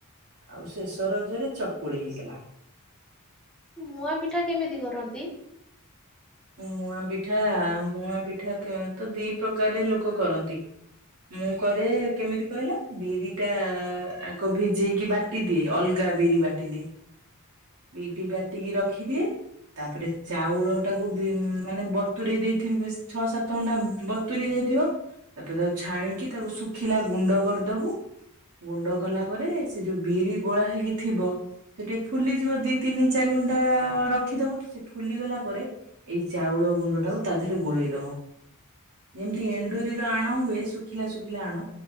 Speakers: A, on the right; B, in the centre.
A: ଆଉ ଶେଷ ରଜରେ ଚକୁଳି ହେଇଥିଲା।
B: ମୁଆଁ ପିଠା କେମିତି କରନ୍ତି?
A: ମୁଆଁ ପିଠା ମୁଆଁ ପିଠା କ ତ ଦି ପ୍ରକାରରେ ଲୋକ କରନ୍ତି। ମୁଁ କରେ କେମିତି କହିଲ? ବିରି ଟା ଆଗ ଭିଜେଇକି ବାଟି ଦିଏ। ଅଲଗା ଗା ବିରି ବାଟିଦିଏ। ବିରି ବାଟିକି ରଖିଦିଏ, ତାପରେ ଚାଉଳ ଟାକୁ ବିମ୍ ମାନେ ବତୁରେଇ ଦେଇଥିବି, ବେଶ୍ ଛଅ ସାତ ଘଣ୍ଟା ବତୁୁରି ଯାଇଥିବ ତାପରେ ତାକୁ ଛାଣିକି ତାକୁ ଶୁଖିଲା ଗୁଣ୍ଡ କରଦବୁ। ଗୁଣ୍ଡ କଲା ପରେ ସେ ଯୋଉ ବିରି ଗୋଳା ହେଇକି ଥିବ ସେ ଟିକେ ଫୁଲିଯିବ, ଦି ତିନି ଚାରି ଘଣ୍ଟା ରଖିଦବ ସେ ଫୁଲିଗଲା ପରେ ଏଇ ଚାଉଳ ଗୁଣ୍ଡଟାକୁ ତା ଦେହରେ ଗୋଳେଇଦବ। ଯେମିତି ଏଣ୍ଡୁରିର ଆଣ ହୁଏ, ଶୁଖିଲା ଶୁଖିଲା ଆଣ